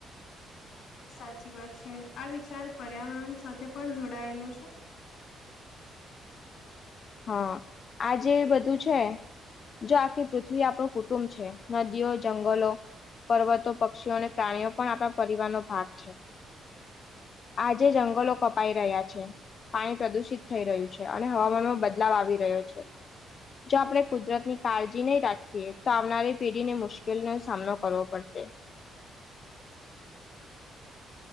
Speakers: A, on the left; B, on the left.
A: સાચી વાત છે આ વિચાર પર્યાવરણ સાથે પણ જોડાયેલો છે
B: હા આ જે બધું છે જો આખી પૃથ્વી આપણું કુટુંબ છે નદીઓ જંગલો પર્વતો પક્ષીઓ અને પ્રાણીઓ પણ આપણા પરિવારનો ભાગ છે
A: <inaudible>
B: આજે જંગલો કપાઈ રહ્યા છે પાણી પ્રદુષિત થઈ રહ્યું છે અને હવામાનમાં બ બદલાવ આવી રહ્યો છે જો આપણે કુદરતની કાળજી નહી રાખીએ તો આવનારી પેઢીને મુશ્કેલીનો સામનો કરવો પડશે